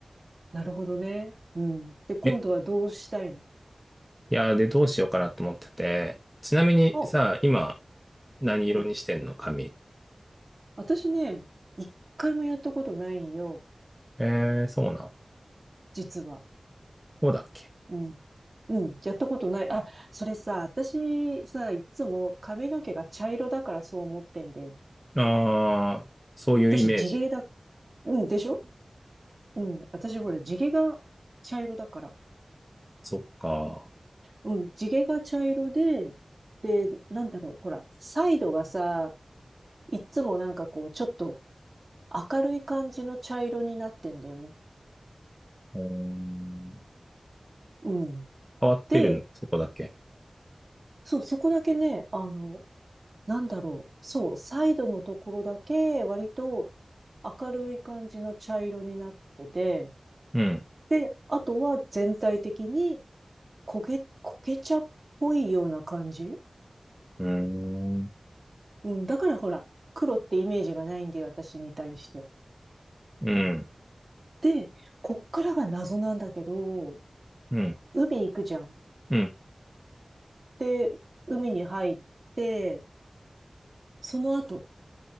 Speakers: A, on the right; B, in the centre.
A: なるほどね。うん。で、今度はどうしたいの
B: え、いやー、で、どうしようかなと思ってて。ちなみにさ、
A: あ、
B: 今、何色にしてんの髪。
A: うん。私ね、一回もやったことないんよ。
B: えー、そうなん。
A: 実は。
B: そうだっけ。
A: うん。うん。やったことない。あ、それさ、私さ、いつも髪の毛が茶色だからそう思ってんだよ。
B: あー、そういうイメージ。
A: 私地毛だ。うん、でしょうん。私ほら、地毛が茶色だから。
B: そっか。
A: うん。地毛が茶色で、で、なんだろう。ほら、サイドがさ、いつもなんかこう、ちょっと明るい感じの茶色になってんだよね。
B: うーん
A: うん。
B: 変わってるの、
A: で、
B: そこだけ。
A: そう、そこだけね、あの、なんだろう。そう、サイドのところだけ割と明るい感じの茶色になってて、
B: うん。
A: で、あとは全体的に焦げ、焦げ茶っぽいような感じ
B: うーん。
A: うん、だからほら、黒ってイメージがないんで、私に対して。
B: うん。
A: で、こっからが謎なんだけど、
B: うん。
A: 海行くじゃん。
B: うん。
A: で、海に入って、その後